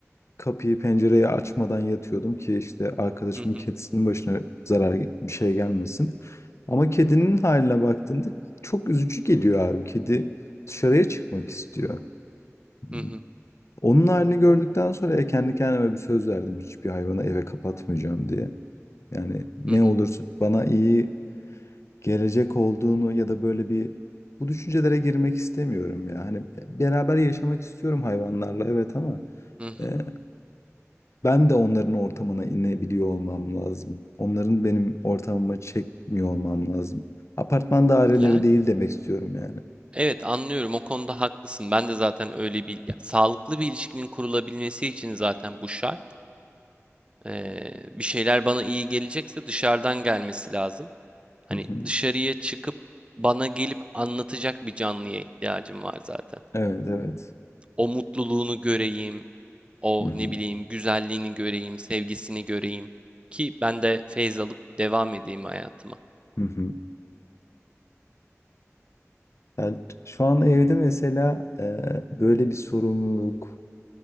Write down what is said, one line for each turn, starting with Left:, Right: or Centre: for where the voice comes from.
Left: kapıyı pencereyi açmadan yatıyordum ki işte arkadaşımın
Right: hı hı,
Left: kedisinin başına zarar bir şey gelmesin. Ama kedinin haline baktığında çok üzücü geliyor abi. Kedi dışarıya çıkmak istiyor. Hmm,
Right: hı hı,
Left: Onun halini gördükten sonra ya kendi kendime bir söz verdim hiçbir hayvanı eve kapatmayacağım diye. Yani ne
Right: hı hı,
Left: olur bana iyi gelecek olduğunu ya da böyle bir bu düşüncelere girmek istemiyorum ya. Hani beraber yaşamak istiyorum hayvanlarla evet ama
Right: hı hı.
Left: e, ben de onların ortamına inebiliyor olmam lazım. Onların benim ortamıma çekmiyor olmam lazım. Apartman daireleri
Right: Yani.
Left: değil demek istiyorum yani.
Right: Evet anlıyorum o konuda haklısın. Ben de zaten öyle bir ya, sağlıklı bir ilişkinin kurulabilmesi için zaten bu şart. Ee, bir şeyler bana iyi gelecekse dışarıdan gelmesi lazım. Hani
Left: Hı hı.
Right: dışarıya çıkıp bana gelip anlatacak bir canlıya ihtiyacım var zaten.
Left: Evet evet.
Right: O mutluluğunu göreyim, o
Left: Hı hı.
Right: ne bileyim güzelliğini göreyim, sevgisini göreyim ki ben de feyz alıp devam edeyim hayatıma.
Left: Hı hı. Yani şu an evde mesela e, böyle bir sorumluluk,